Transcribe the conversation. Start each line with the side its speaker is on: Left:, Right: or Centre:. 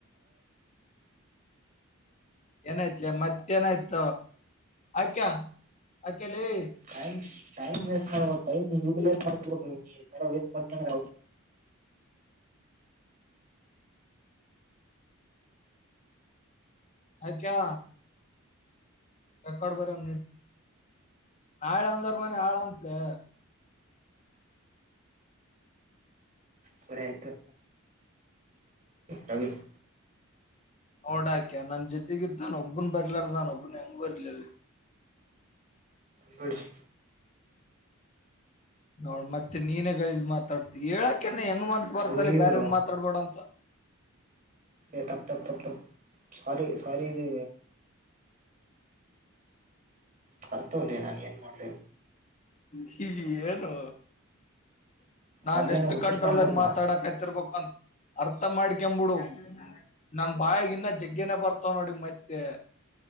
Left: ಏನಾಯ್ತ್ಲ ಮತ್ತೇನಾಯ್ತ ಅಕ್ಯ ಅಕ್ಯಲೈ
Right: ಟೈಮ್ ಟೈಮ್ ವೇಸ್ ಮಾಡ ಟೈಮ ಉಟಿಲಿಸ್ ಮಾಡ್ಕೊಬೇಕ ನೀ ಈ ತರ ವೇಸ್ಟ್ ಮಾಡ್ಕೊಂಡ್ರ
Left: ಅಕ್ಯಾ ರೆಕಾರ್ಡ್ ಬರ <unintelligible> ನಾಳೆ ಅಂದೋರ್ ಮನೆ ಹಾಳಂತೆ
Right: ಸರೆ ಆಯ್ತು ರವಿನ್
Left: ಓಡಾಕ್ಯ ನನ್ ಜೊತೆಗ ಇದಿದ್ದ್ದಾನನ್ ಒಬ್ಬನ್ ಬರ್ಲಾರ ನಾನ ಒಬ್ಬನ್ ಹೆಂಗ ಬರ್ಲ ಅಲ್ಲಿ
Right: ಬಿಡಿ
Left: ನೋಡ್ ಮತ್ತೆ ನೀನೇ ಗಜ್ ಮಾತಾಡ್ತಿ ಹೇಳಕ ಹೆಂಗ್ ಮನ್ಸ್ ಬರ್ತ್ತ
Right: ಥೂ
Left: ಅಲ್ಲಿ
Right: ಇವ್ರು
Left: ಬೇರೆ ಮಾತಾಡ್ಬೇಡ ಅಂತ
Right: ಇ ತಪ್ ತಪ್ ತಪ್ ತಪ್ ಸಾರಿ ಸಾರಿ ಇದು ಬರ್ತೋಲ್ಲ ನಾ ಏನ್ ಮಾಡ್ಲಿ
Left: ಹೀ ಹಿ ಏನು ನಾನ್
Right: ಮೊದ್ಲೇನೆ
Left: ಎಷ್ಟತ್
Right: ಉತ್ತರ
Left: ಕಂಟ್ರೋಲ್ಗ
Right: ಕರ್ನಾಟಕ
Left: ಮಾತಾಡಕತಿರ್ಬೇಕಂತ
Right: ನಾವು
Left: ಅರ್ಥ ಮಾಡ್ಕಬಿಡು ನನ್ ಬಾಯಗ ಇನ್ನ ಜಗ್ಗನ ಬರ್ತವ್ ನೋಡಿ ಮತ್ತೆ